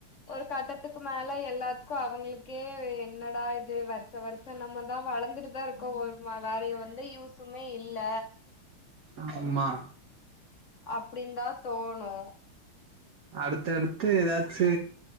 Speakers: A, on the left; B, on the right.
A: ஒரு கட்டத்துக்கு மேல எல்லா க்கு அவங்களுக்கே என்னடா இது வருஷ வருஷ நம்மதா வளந்துட்டுதா இருக்கோ, ஒரு வேற எந்த யூஸ் சுமே இல்ல
B: ஆமா
A: அப்டின்தா தோணு
B: அடுத்தடுத்து ஏதாச்சு